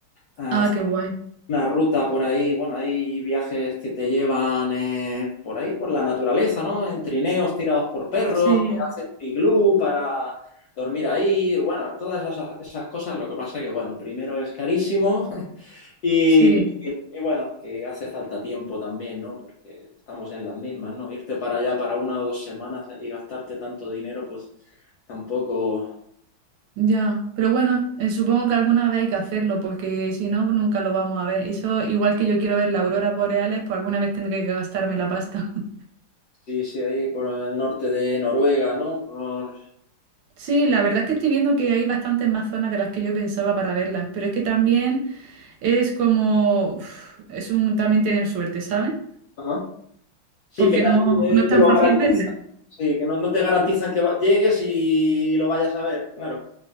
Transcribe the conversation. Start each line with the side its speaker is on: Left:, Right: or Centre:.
Left: a
Right: Ah, qué guay.
Left: una ruta por ahí, bueno, hay viajes que te llevan eh, por ahí, por la naturaleza, ¿no? En trineos tirados por perros,
Right: Sí,
Left: te hacen un iglú para dormir ahí, bueno, todas esas, esas cosas, lo que pasa que, bueno, primero es carísimo <laughs> y,
Right: sí.
Left: y bueno, que hace falta tiempo también, ¿no? Porque estamos en las mismas, ¿no? Irte para allá para una o dos semanas y gastarte tanto dinero, pues tampoco...
Right: Ya, pero bueno, eh, supongo que alguna vez hay que hacerlo, porque si no, nunca lo vamos a ver. Eso, igual que yo quiero ver las auroras boreales, pues alguna vez tendré que gastarme la pasta. <laughs>
Left: Sí, sí, ahí por el norte de Noruega, ¿no? Por...
Right: Sí, la verdad es que estoy viendo que hay bastantes más zonas de las que yo pensaba para verlas, pero es que también es como, uf, es un también tener suerte, ¿sabes?
Left: Ajá. Sí,
Right: Porque
Left: que nadie
Right: no, no es tan
Left: te lo
Right: fácil
Left: garantiza.
Right: verlas.
Left: Sí, que no, no te garantizan que va- llegues y lo vayas a ver, claro.